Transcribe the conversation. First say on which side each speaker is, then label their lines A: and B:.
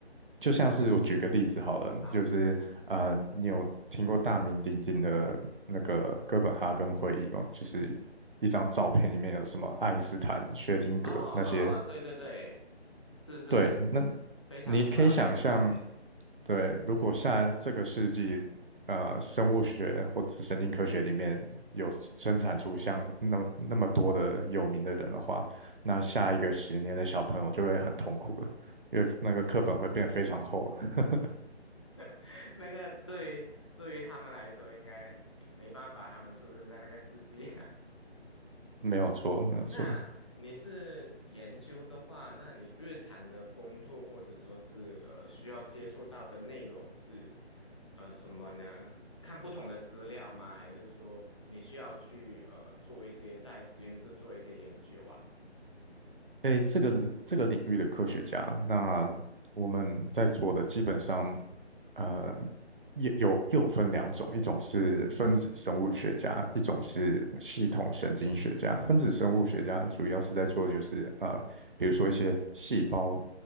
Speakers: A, on the right; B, on the left.
A: 就像是我举个例子好了，
B: 那好。
A: 就是呃，你有听过大名鼎鼎的那个哥本哈根会议吗？就是一张照片里面有什么爱因斯坦、薛定谔那些
B: 哦哦哦，对对对，是是是，
A: 对，那
B: 非常古老的一个照片。
A: 你可以想象，对，如果下这个世纪，呃，生物学或者是神经科学里面有生产出像那那么多的有名的人的话，那下一个十年的小朋友就会很痛苦了，因为那个课本会变非常厚。<laughs>
B: <laughs> 那个对，对于他们来说，应该没办法，他们出生在那个世纪。<laughs>
A: 没有错，没有错。
B: 那你是研究的话，那你日常的工作或者说是呃需要接触到的内容是呃什么呢？看不同的资料吗？还是说你需要去呃做一些在实验室做一些研究啊？
A: 诶，这个这个领域的科学家，那我们在做的基本上，呃，也有又有分两种，一种是分子生物学家，一种是系统神经学家。分子生物学家主要是在做就是呃，比如说一些细胞